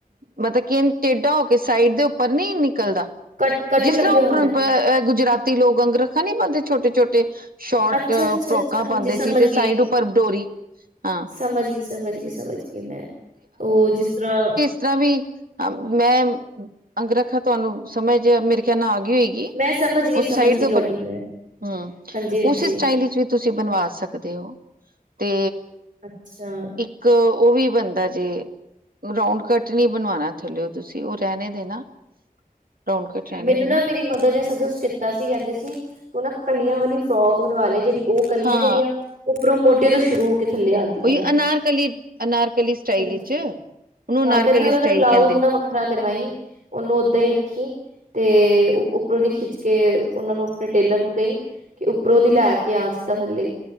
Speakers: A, on the right; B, on the right.
A: ਮਤਲਬ ਇਹ ਟੇਢਾ ਹੋ ਕੇ ਸਾਈਡ ਦੇ ਉੱਪਰ ਨੀ ਨਿਕਲਦਾ।
B: ਕੱਟ ਕੱਟ
A: ਜਿਸ
B: ਲੱਗਿਆ
A: ਤਰ੍ਹਾਂ ਉੱਪਰ
B: ਹੁੰਦਾ ਹੈ
A: ਗੁਜਰਾਤੀ ਲੋਕ ਅੰਗ ਰੱਖਣ ਨੀ ਪਾਦੇ ਛੋਟੇ-ਛੋਟੇ ਸ਼ੋਰਟ
B: ਅੱਛਾ ਅੱਛਾ
A: ਫਰੋਕਾਂ
B: ਅੱਛਾ ਹਾਂਜੀ
A: ਪਾਦੇ
B: ਸਮਝ
A: ਸੀ ਤੇ
B: ਗਈ
A: ਸਾਈਡ ਉੱਪਰ ਡੋਰੀ। ਹਾਂ
B: ਸਮਝ ਗਈ, ਸਮਝ ਗਈ, ਸਮਝ ਗਈ, ਮੈਂ ਉਹ ਜਿਸ ਤਰ੍ਹਾਂ
A: ਜ ਤਰ੍ਹਾਂ ਵੀ ਮੈਂ ਅੰਗ ਰੱਖਾ ਤੁਹਾਨੂੰ ਸਮਝ ਮੇਰੇ ਚਨਾ ਗਈ ਹੋਏਗੀ।
B: ਮੈਂ ਸਮਝ ਗਈ
A: ਉਸ
B: ਸਮਝ
A: ਸਾਈਡ
B: ਗਈ
A: ਦੇ ਉੱਪਰ
B: ਤੁਹਾਡੀ ਮੈਂ
A: ਹਮ
B: ਹਾਂਜੀ ਹਾਂਜੀ
A: ਉਸੇ ਸਟਾਈਲ ਵਿੱਚ ਵੀ ਤੁਸੀਂ ਬਣਵਾ ਸਕਦੇ ਹੋ। ਤੇ
B: ਅੱਛਾ
A: ਇੱਕ ਉਹ ਵੀ ਬੰਦਾ ਜੇ ਰਾਊਂਡ ਕਟਨੀ ਬਣਵਾਣਾ ਥੱਲਿਓ ਤੁਸੀਂ ਉਹ ਰਹਿਣੇ ਦੇਣਾ। ਰਾਊਂਡ ਕੱਟ ਰਹਿਣੇ
B: ਮੈਨੂੰ
A: ਦੇਣਾ
B: ਨਾ ਮੇਰੀ ਮਦਰ ਨੇ ਸੁਜੈਸਟ ਕੀਤਾ। ਤਾ ਸੀ ਕਹਿੰਦੇ ਸੀ, ਉਹ ਨਾ ਕਲੀਆਂ ਵਾਲੀ ਫਰੋਕ ਬਣਵਾ ਲਏ ਜਿਹੜੀ ਉਹ ਕਲੀਆਂ
A: ਹਾਂ
B: ਜਿਹੜੀਆਂ ਉੱਪਰੋਂ ਮੋਢੇ ਤੋਂ ਸ਼ੁਰੂ ਹੋ ਕੇ ਥੱਲੇ ਆਂਦੀਆ
A: ਉਹੀ
B: ' <unintelligible>
A: ਅਨਾਰਕਲੀ
B: '
A: ਅਨਾਰਕਲੀ ਸਟਾਈਲ
B: ਹਾਂਜੀ
A: ਵਿੱਚ ਉਹਨੂੰ ਅਨਾਰਕਲੀ
B: ਹਾਂ ਕਹਿੰਦੇ ਉਹਨਾਂ
A: ਸਟਾਈਲ
B: ਦਾ ਬਲਾਉਜ
A: ਕਹਿੰਦੇ
B: ਨਾ ਵੱਖਰਾ ਕਰਵਾਈ ' <inaudible> ' ਉਹਨੂੰ ਓਦਾਂ ਹੀ ਖੀ ਤੇ ਉੱਪਰੋਂ ਦੀ ਖਿੱਚ ਕੇ ਉਹਨਾਂ ਨੂੰ ਟੇਲਰ ਨੂੰ ਕਹੀ ਕਿ ਉੱਪਰੋਂ ਦੀ ਲੈ ਕੇ ਆ ਸਿੱਧਾ ਥੱਲੇ